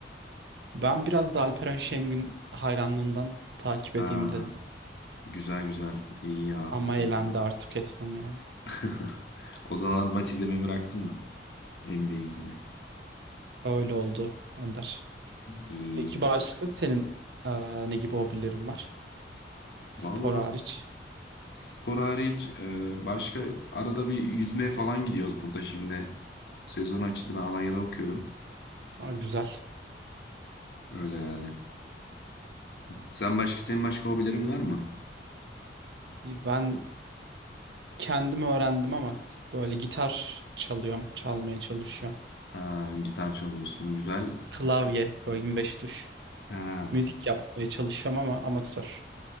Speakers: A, on the right; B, on the left.
A: Ben biraz da Alperen Şengün hayranlığından takip edeyim
B: Ha.
A: dedim.
B: Güzel güzel. İyi ya.
A: Ama elendi artık etmem yani.
B: <laughs> O zaman maç izlemeyi bıraktın mı? NBA izlemek.
A: Öyle oldu Önder.
B: İyi.
A: Peki başka senin eee, ne gibi hobilerin var? Spor
B: Valla.
A: hariç.
B: Spor hariç e, başka arada bir yüzmeye falan gidiyoruz burada şimdi. Sezon açıldı ben Alanya'da okuyorum.
A: Aa, güzel.
B: Öyle yani. Sen başka senin başka hobilerin var mı?
A: Ben kendim öğrendim ama böyle gitar çalıyorum, çalmaya çalışıyorum.
B: Ha, gitar çalıyorsun güzel.
A: Klavye, böyle 25 tuş.
B: Ha,
A: Müzik yapmaya çalışıyorum ama amatör.